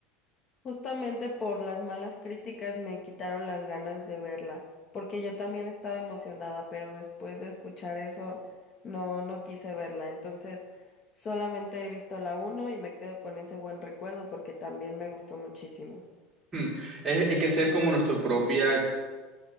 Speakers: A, on the left; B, on the right.
A: Justamente por las malas críticas me quitaron las ganas de verla, porque yo también estaba emocionada, pero después de escuchar eso no no quise verla. Entonces, solamente he visto la uno y me quedo con ese buen recuerdo porque también me gustó muchísimo.
B: Hmm. Eh, Hay que ser como nuestra propia